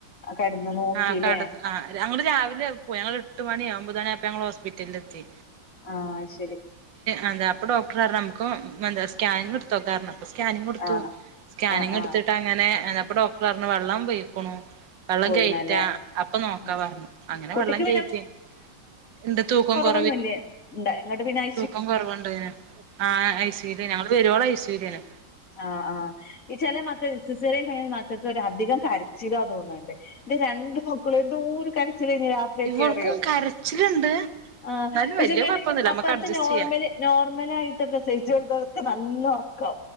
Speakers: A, on the left (about 45°); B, on the right (about 75°).
A: കടന്ന് നോക്കില്ലേ
B: ആഹ് കടന്ന് ആഹ് ഞങ്ങള് രാവില പോയി ഞങ്ങള് എട്ട് മണി ഒമ്പത് മണി അപ്പ ഞങ്ങള് ഹോസ്പിറ്റല് എത്തി
A: ആ ശരി
B: അതാ അപ്പൊ ഡോക്ടർാര നമുക്ക് എന്താ സ്കാനിങ്ങ് എടുത്തോക്ക പറഞ്ഞു സ്കാനിങ് കൊടുത്തു
A: ആ
B: സ്കാനിങ്
A: ആ ആ
B: എടുത്തിട്ട് അങ്ങനെ എന്നപ്പ ഡോക്ടർപറഞ്ഞു വെള്ളം പയികുണു വെള്ളം
A: പോയിണല്ലേ
B: കഴറ്റാ അപ്പൊ നോക്കാ
A: ഉം.
B: പറഞ്ഞു അങ്ങനെ
A: കുട്ടിക്ക്
B: വെള്ളം കേറ്റി ഇണ്ട് തൂക്കം കൊ
A: വൊന്നൂല്യ എന്നിട്ട് പിന്നെ അ
B: തൂക്കം കുറവുണ്ട് ആ ഐസുല ഞങ്ങള് വരുവോളോ ഐസുലേന്ന്
A: ആ ആഈ ചില മക്കക്ക്സിസേറിയൻ കഴിഞ്ഞൽ മക്കൊക്ക ഒരഅധികം കര ചിലാ തോന്നണ്ടേ എന്റെ രണ്ടു മക്കളും എന്തോ ഒരു കരച്ചില രാത്രിയൊക്കെ
B: ഇവൾക്കും
A: അറിയോ
B: കരച്ചിലുണ്ട് എന്നാലും
A: ആ പക്ഷെങ്ങട്ട്
B: വല്യ കുഴപ്പൊന്നുല്ല
A: അപ്പറത്തെ
B: നമ്മക്ക് അഡ്ജസ്റ്റ്
A: നോർമല്
B: ചെയ്യാം
A: നോർമല ആയിട്ട് പ്രസയിച്ചുത്തോ നല്ല ഒറക്ക